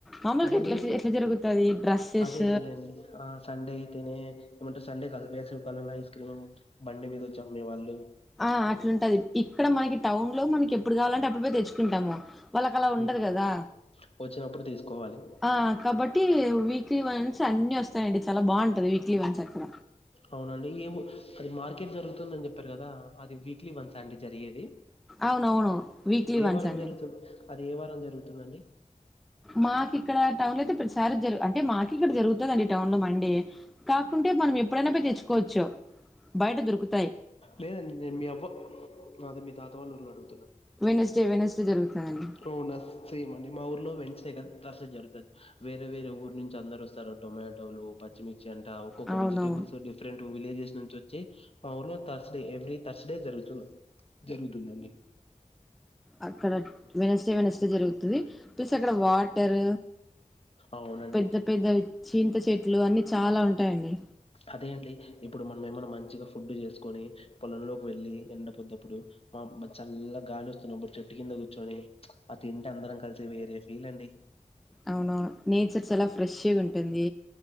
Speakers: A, in the centre; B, on the left (about 45°).
A: మామలుగా
B: అదండి
A: ఎట్లా ఎట్లా జరుగుతది డ్రెస్సెస్
B: అదే అదేలేండి ఆ సండే అయితేనే ఏమంటే సండే కాదు వేసవి కాలంలో ఐస్ క్రీమ్ బండి మీద వచ్చె అమ్మే వాళ్ళు
A: ఆ అట్లుంటది ఇక్కడ మనకి టౌన్ లో మనకి ఎప్పుడు గావాలంటే అప్పుడు పోయి దెచ్చుకుంటాము వాళ్ళకి అలా ఉండదు
B: ఉమ్.
A: గదా
B: వచ్చినప్పుడు తీసుకోవాలి
A: ఆ కాబట్టి వీక్లీ వన్స్ అన్ని వస్తాయండి చాలా బాగుంటది వీక్లీ వన్స్ అక్కడ
B: అవునండి ఏ అది మార్కెట్ జరుగుతుందని జెప్పారు గదా అది వీక్లీ వన్సా అండి జరిగేది
A: అవునవును వీక్లీ
B: ఏ
A: వన్స్
B: వారం
A: అండి
B: జరుగుతది అది ఏ వారం జరుగుతుందండి
A: మాకి ఇక్కడ టౌన్ లో అయితే ప్రతిసారి జరు అంటే మాకు ఇక్కడ జరుగుతదండి టౌన్ లో మండే కాకుంటే మనం ఎప్పుడైనా పోయి తెచ్చుకోవచ్చు బయట దొరుకుతు
B: లేదండి నేను మీ అవ్వ అదే మీ తాత వాళ్ళు ఊర్లో అడుగుతున్నా
A: వెనస్డే వెనస్డే జరుగుతదండి
B: అవునా ఫీమ్ అండి మా ఊర్లో వెంచ్ కదా తర్స జరుగుతుది వేరే వేరే ఊరు నుంచి అందరు వస్తారు టోమాటోలు పచ్చిమిర్చి అంట ఒక్కొక్క
A: అవునవును
B: వెజిటబుల్స్ డిఫరెంట్ విలేజెస్ నుంచి వచ్చి మా ఊర్లో థర్స్డే ఎవ్రీ థర్స్డే జరుగుతుం జరుగుతదండి
A: అక్కడ వెనస్డే వెనస్డే జరుగుతది ప్లస్ అక్కడ వాటర్
B: అవునండి
A: పెద్ద పెద్దవి చింత చెట్లు అన్ని చాలా ఉంటాయండి
B: అదే అండి ఇప్పుడు మనం ఏమన్నా మంచిగా ఫుడ్డు చేసుకొని పొలంలోకి వెళ్ళి ఎండపోద్దప్పుడు మా అబ్బ చల్ల గాలి వస్తున్నప్పుడు చెట్టు కింద కూర్చొని ప్చ్ ఆ తింటే అందరం కలిసి వేరే ఫీల్ అండి
A: అవునవును నేచర్ చాలా ఫ్రెష్ గుంటుంది